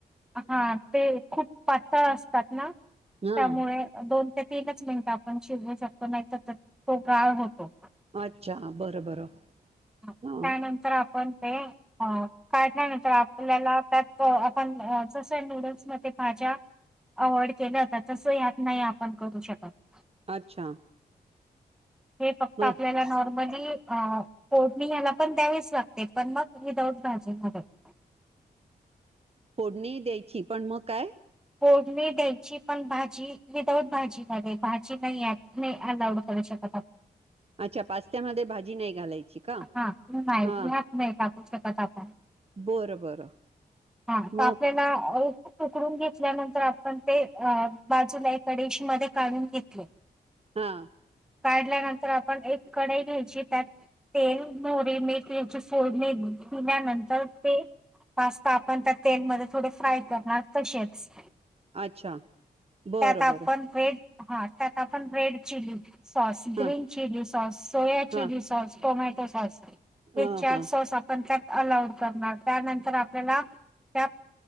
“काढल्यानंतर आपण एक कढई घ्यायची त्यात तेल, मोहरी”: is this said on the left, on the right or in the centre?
Centre